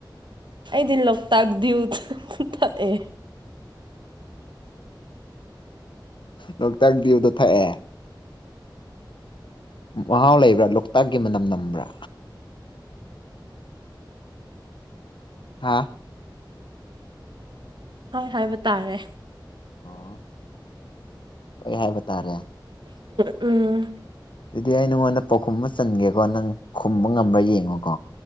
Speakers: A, on the right; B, on the left.
A: ꯑꯩꯗꯤ ꯂꯧꯇꯛ ꯗꯤꯌꯨ ꯊꯛꯑꯦ
B: ꯂꯣꯛ ꯇꯛꯗꯤꯌꯨꯗꯣ ꯊꯛꯑꯦ ꯃꯍꯥꯎ ꯂꯩꯕ꯭ꯔ ꯂꯣꯛꯇꯥꯛꯀꯤ ꯃꯅꯝ ꯅꯝꯕ꯭ꯔ ꯍꯥꯥ
A: ꯍꯣꯏ ꯍꯥꯏꯕ ꯇꯥꯔꯦ
B: ꯑꯣ ꯍꯣꯏ ꯍꯥꯏꯕ ꯇꯥꯔꯦ
A: ꯎꯝ
B: ꯑꯗꯨꯗꯤ ꯑꯩ ꯅꯉꯣꯟꯗ ꯄꯥꯎꯈꯨꯝ ꯑꯃ ꯆꯟꯒꯦꯀꯣ ꯅꯪ ꯈꯨꯝꯕ ꯉꯝꯕ꯭ꯔ ꯌꯦꯡꯉꯨꯀꯣ